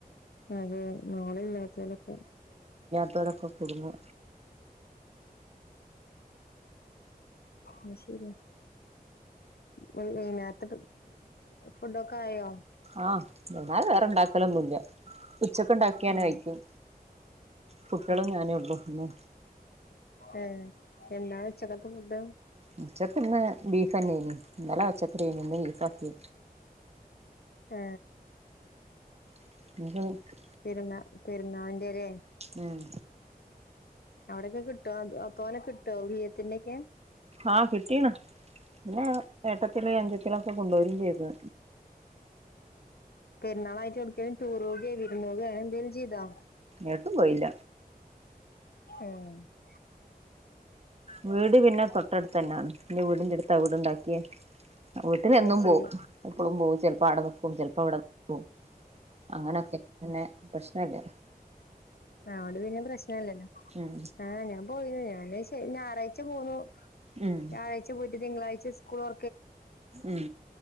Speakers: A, on the left (about 85°); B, on the right (about 40°).
A: അതെ മോളില്ലാത്തോലൊക്കെ
B: പെരക്കക്കുടുങ്ങു
A: അ ശര്യാ വെയ് വെയ്നാര്ത്തെ ഫുഡൊക്കെ ആയോ
B: ആഹ് എന്നാലും വേറെണ്ടാക്കലൊന്നുല്ല്യ ഉച്ചക്കുണ്ടാക്കിയാണ്
A: ഉം
B: കഴിക്കും കുട്ടികളും ഞാനേ ഉള്ളൂ ഇന്ന്
A: ഏ എന്താണ് ഉച്ചക്കത്തെ ഫുഡ്
B: ഉച്ചക്കിന്ന് ബീഫന്നേയ്നി ഇന്നലെ പച്ചക്കറിയാന്നി ഇന്ന് ബീഫ് ആക്കി
A: ആ
B: <unintelligible>
A: പെരുന്ന പെരുന്നാളിന്റെ ലേ
B: ഉം
A: അവിടൊക്കെ കിട്ടോ തോനെ കിട്ടോ ഒളിയത്തിന്റോകെ
B: ആഹ് കിട്ടീണ് പിന്നെ ഏട്ടത്തിൾ അഞ്ചത്തിളൊക്കെ കൊണ്ടോരിം ചെയ്ത്
A: പെർന്നാളായിട്ട് ഒട്ക്കേം ടൂറോവേ വിർന്നോവേ ന്തേലും ചെയ്തോ.
B: ഏട്ടും പോയില്ല
A: മ് ഹ്
B: വീട് പിന്നെ തൊട്ടടുത്തെന്നേണ് ന്റെ വീടിന്റട് എവിടെ ഉണ്ടാക്കിയെ വീട്ടിലെന്നും
A: അത് ശരി
B: പോവും എപ്പളും പോവും ചെൽപ്പോ ആടെ നിക്കും ചെൽപ്പോ വടെക്കും അങ്ങനൊക്കെ പിന്നെ പ്രശ്നല്ലേ
A: അഓണ്ട് പിന്നെ പ്രശ്നല്ലല്ലോ
B: ഉം
A: ആ ഞാൻ പോയി ഞാന് ശ ഞായറാഴ്ച പോന്നു
B: ഉം
A: വ്യായാഴ്ച പോയിട്ട് തിങ്കളാഴ്ച സ് കുളൊ
B: ഉം